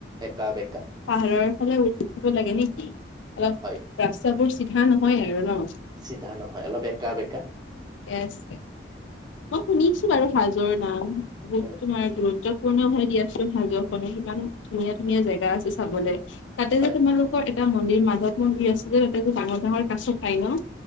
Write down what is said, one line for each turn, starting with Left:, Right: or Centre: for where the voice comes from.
Right: একা বে
Left: পাহাৰৰ ফালে উ উঠিব লাগে নেকি অলপ
Right: হয়
Left: ৰাস্তাবোৰ চিধা নহয় আৰু ন।
Right: চিধা নহয় অলপ একা বেকা
Left: ঠিকে আছে মই শুনিছো বাৰু হাজোৰ নাম তোমাৰ
Right: উম
Left: গত গুৰুত্বপূৰ্ণ হৈ দি আছো হাজো খনো ইমান ধুনীয়া ধুনীয়া জেগা আছে চাবলে তাতে
Right: হয়
Left: যে তোমালোকৰ এটা মন্দিৰ মাজত মন্দিৰ আছিল যে তাতে যে ডাঙৰ-ডাঙৰ কাছো পাই ন।